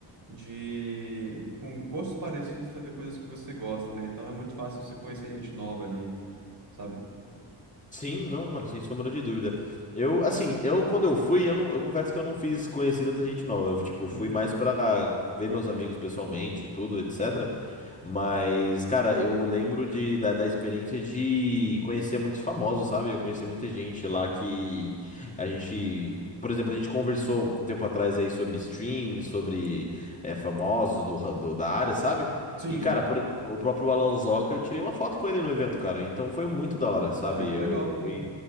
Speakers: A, on the right; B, on the left.
A: de com gostos parecidos pra ver coisas que você gosta, né? Então é muito fácil você conhecer gente nova ali, sabe?
B: Sim, não, mano, sem sombra de dúvida. Eu, assim, eu quando eu fui, eu não, eu confesso que eu não fiz conhecer tanta gente nova. Eu, tipo,
A: Uhum.
B: fui mais pra ver meus amigos pessoalmente, e tudo, etc. Mas, cara, eu lembro de, da, da experiência de conhecer muitos famosos, sabe? Eu conheci muita gente lá que a gente, por exemplo, a gente conversou um tempo atrás aí sobre streaming, sobre eh, famosos do, ra- do- da área, sabe?
A: Sim.
B: E, cara, por exemplo, o próprio Alan Zoca, eu tirei uma foto com ele no evento, cara. Então foi muito da hora, sabe?
A: Ah, que
B: Eu,
A: legal.
B: foi